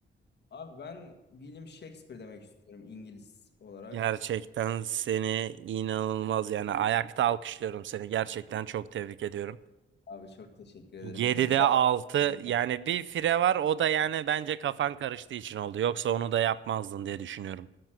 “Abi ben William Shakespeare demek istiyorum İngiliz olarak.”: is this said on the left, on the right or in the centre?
Left